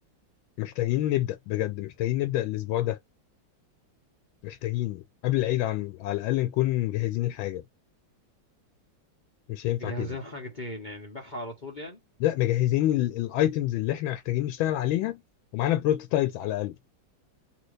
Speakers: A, on the left; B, on the left.
A: محتاجين نبدأ بجد محتاجين نبدأ الاسبوع ده محتاجين قبل العيد عن على الاقل نكون مجهزين الحاجه مش هينفع
B: جاهزين
A: كده
B: حاجتين يعني نبيعها على طول يعني
A: لا مجهزين الايتمز اللي احنا محتاجين نشتغل عليها ومعانا بروتوتايبس على الاقل